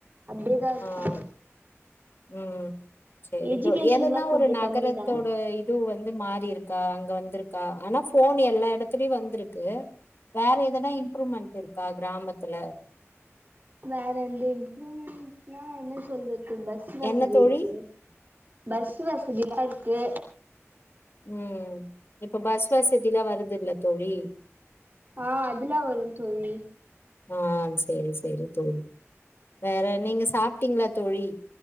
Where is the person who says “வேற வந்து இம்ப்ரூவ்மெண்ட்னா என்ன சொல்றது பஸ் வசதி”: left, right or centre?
Right